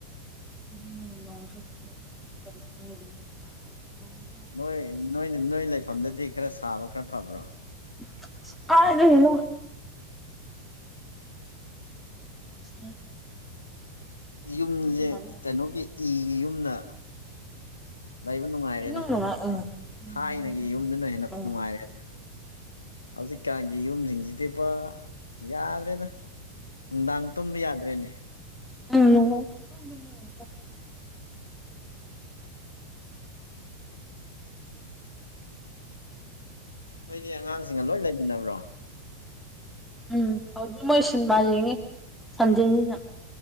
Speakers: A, in the centre; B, on the left.
A: <unintelligible>
B: ꯅꯣꯏ ꯅꯣꯏ ꯅꯣꯏ ꯂꯩꯐꯝꯗꯗꯤ ꯈꯔ ꯁꯥꯕ ꯈꯔ ꯐꯕ꯭ꯔꯣ
A: <unintelligible> ꯀꯥꯏꯗꯩꯅꯣ <unintelligible> ꯑꯩ
B: ꯌꯨꯝꯖꯦ
A: ꯇꯨꯝꯕ ꯌꯥꯔꯦ
B: ꯀꯩꯅꯣꯒꯤ ꯏꯒꯤ ꯌꯨꯝꯅ ꯂꯩꯕ ꯅꯨꯡꯉꯥꯏꯔꯦꯗ
A: ꯏꯅꯨꯡ ꯅꯨꯡꯉꯥꯏ ꯎꯝ ꯎꯝ
B: ꯊꯥꯏꯅꯒꯤ
A: ꯍꯧꯖꯤꯛꯇꯤ
B: ꯌꯨꯝꯗꯨꯅ ꯍꯦꯟꯅ
A: ꯎꯝ
B: ꯅꯨꯡꯉꯥꯏꯔꯦꯗ ꯍꯧꯖꯤꯛꯀꯥꯟꯒꯤ ꯌꯨꯝꯖꯤꯡꯖꯤꯗꯤ ꯄꯨꯔ ꯌꯥꯗ꯭ꯔꯦꯗ ꯅꯨꯡꯗꯥꯡ ꯇꯨꯝꯕ ꯌꯥꯗ꯭ꯔꯦꯅꯦ
A: ꯎꯝ <inaudible>
B: ꯅꯣꯏꯗꯤ ꯑꯉꯥꯡꯁꯤꯡꯒ ꯂꯣꯏ ꯂꯩꯃꯤꯟꯅꯕ꯭ꯔꯣ
A: ꯎꯝ ꯍꯧꯖꯤꯛ ꯃꯣꯏ ꯁꯤꯟꯃ ꯌꯦꯡꯉꯤ ꯁꯟꯗꯦꯟꯅꯤꯅ